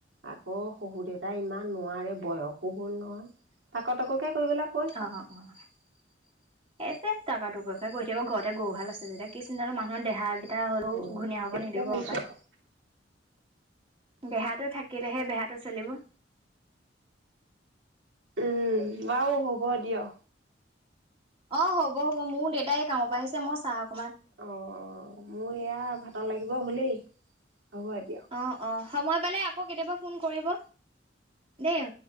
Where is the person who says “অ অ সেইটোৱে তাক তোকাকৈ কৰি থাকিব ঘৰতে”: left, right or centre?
Right